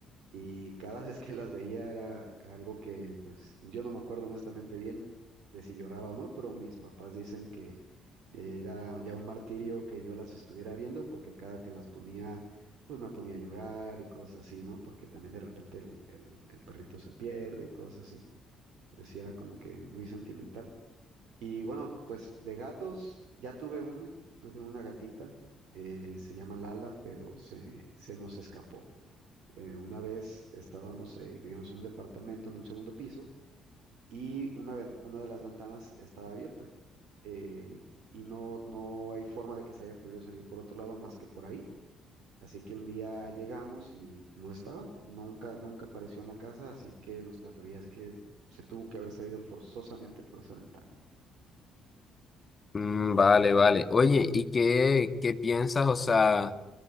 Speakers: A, on the right (about 60°); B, on the left (about 35°).
A: y cada vez que las veía era algo que pues yo no me acuerdo honestamente bien de si lloraba o no, pero mis papás dicen que era ya un martirio que yo las estuviera viendo porque cada que las ponía pues me ponía a llorar y cosas así, ¿no? Porque también de repente el, el- el perrito se pierde y cosas así. Entonces sí era como que muy sentimental. Y bueno, pues de gatos ya tuve una, tuve una gatita, eh, se llama Lala, pero se, se nos escapó. Eh, una vez estábamos, eh, vivíamos en un departamento en un segundo piso y una, ven- una de las ventanas estaba abierta eh, y no, no hay forma de que se haya podido salir por otro lado más que por ahí. Así que un día llegamos y no estaba, nunca, nunca apareció en la casa, así que nuestra teoría es que se tuvo que haber salido forzosamente por esa ventana.
B: Mm, vale, vale. Oye, ¿y qué, qué piensas? O sea...